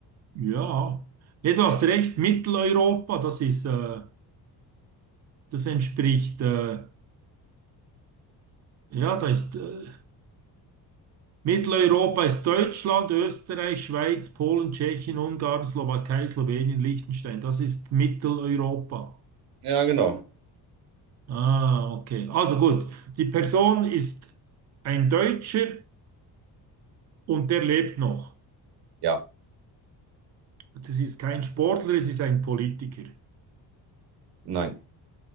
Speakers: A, on the right; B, on the right.
A: ja. Nee, du hast recht, Mitteleuropa, das ist, äh, das entspricht, äh, ja, da ist, äh, Mitteleuropa ist Deutschland, Österreich, Schweiz, Polen, Tschechien, Ungarn, Slowakei, Slowenien, Liechtenstein. Das ist Mitteleuropa.
B: Ja, genau.
A: Ah, okay. Also gut, die Person ist ein Deutscher und der lebt noch.
B: Ja,
A: Das ist kein Sportler, es ist ein Politiker,
B: nein,